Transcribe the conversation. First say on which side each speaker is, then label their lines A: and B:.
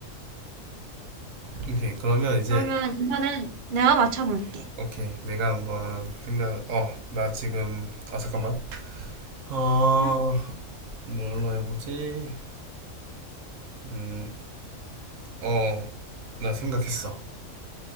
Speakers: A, on the right (about 75°); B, on the right (about 60°).
A: 오케이. 그러면 이제,
B: 그러면 이번엔 내가 맞춰볼게.
A: 오케이. 내가 한번 생각, 어, 나 지금, 아, 잠깐만. 어,
B: 응?
A: 뭘로 해보지? 음, 어, 나 생각했어.